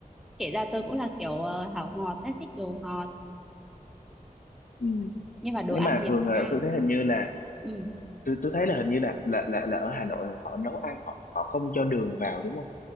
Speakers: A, in the centre; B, on the left.
A: kể ra tôi cũng là kiểu ờ, hảo ngọt ấy, thích đồ ngọt
B: ừ.
A: nhưng mà đồ
B: nhưng
A: ăn
B: mà
A: miền
B: thường là
A: Nam
B: tôi thấy hình như là
A: ừ
B: tôi, tôi thấy là hình như là là là, là ở Hà Nội họ nấu ăn họ họ không cho đường vào đúng không